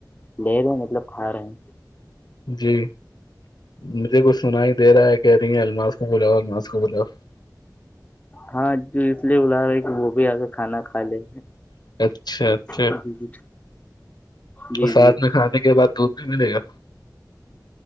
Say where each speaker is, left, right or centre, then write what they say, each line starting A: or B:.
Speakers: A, on the left; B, on the left.
A: لے ل مطلب کھا رہے ہیں
B: جی مجھے کچھ سنائی دے رہا ہے کہہ رہی ہیں الماس کو بلا الماس کو بلاؤ
A: ہاں جو اس لیے بلا رہا ہے کہ وہ بھی آ کے کھانا کھا لے
B: اچھا اچھا
A: جی جی جی
B: اور
A: جی
B: سات میں کھانے کے بعد دودھ بھی ملے گا